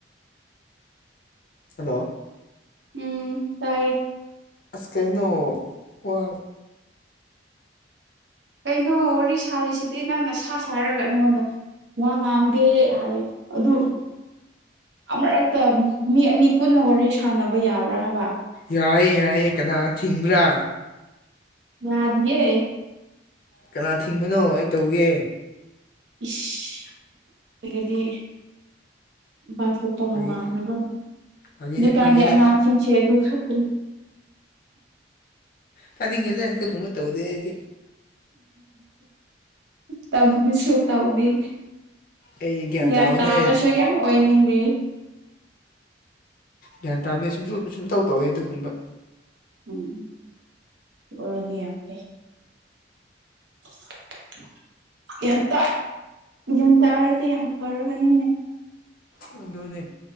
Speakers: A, on the left; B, on the right.
A: ꯍꯜꯂꯣ
B: ꯎꯝ ꯇꯥꯏꯌꯦ
A: ꯑꯁ ꯀꯩꯅꯣ ꯋꯥ
B: ꯀꯩꯅꯣ ꯋꯥꯔꯤ ꯁꯥꯔꯤꯁꯤꯗꯤ ꯅꯪꯅ ꯁꯥ ꯁꯥꯔꯒ ꯑꯩꯉꯣꯟꯗ ꯋꯥ ꯉꯥꯡꯗꯦ ꯍꯥꯏ ꯑꯗꯨ ꯑꯃꯨꯔꯛꯇ ꯃꯤ ꯑꯅꯤ ꯄꯨꯟꯅ ꯋꯥꯔꯤ ꯁꯥꯟꯅꯕ ꯌꯥꯕ꯭ꯔꯥ ꯍꯥꯏꯕ
A: ꯌꯥꯏꯌꯦ ꯌꯥꯏꯌꯦꯦ ꯀꯅꯥ ꯊꯤꯡꯕ꯭ꯔꯥ
B: ꯌꯥꯗꯌꯦ
A: ꯀꯅꯥ ꯊꯤꯡꯕꯅꯣ ꯑꯩ ꯇꯧꯒꯦ
B: ꯏꯁ ꯑꯣꯏꯒꯗꯤ ꯄꯥꯊꯣꯛꯄꯒ
A: ꯐꯥꯒꯤ
B: ꯃꯥꯟꯂꯒ ꯍꯧꯖꯤꯛꯀꯥꯟꯒꯤ
A: ꯐꯥꯒꯤꯅꯦ ꯐꯥꯒꯤꯅꯦ
B: ꯑꯉꯥꯡꯁꯤꯡꯁꯦ ꯑꯗꯨ ꯈꯛꯇꯅꯤ
A: ꯇꯥꯅꯤꯡꯉꯦꯅ ꯑꯗꯨꯒꯒꯨꯝꯕ ꯇꯧꯗꯦꯗꯤ
B: ꯇ ꯍꯅꯁꯨ ꯇꯕꯨꯅꯤ
A: ꯑꯩꯗꯤ ꯒ꯭ꯌꯥꯟ ꯇꯥꯕꯅꯦ
B: ꯑ ꯇꯕꯁꯨꯣꯏ ꯌꯥꯝꯝ ꯑꯣ ꯃꯤꯔꯤ
A: ꯒ꯭ꯌꯥꯟ ꯇꯥꯕꯅꯦ ꯁꯨꯝꯁꯨ ꯁꯨꯝ ꯇꯧ ꯇꯧꯋꯦ ꯑꯗꯨꯒꯨꯝꯕ
B: ꯎꯝ ꯎ ꯑꯣꯏꯔꯗꯤ ꯌꯥꯝ ꯐꯩ <unintelligible> ꯒ꯭ꯌꯥꯟ ꯇ ꯒ꯭ꯌꯥꯟ ꯇꯥꯔꯗꯤ ꯌꯥꯝ ꯐꯔꯕꯅꯤꯅꯦ
A: ꯍꯗꯅꯦ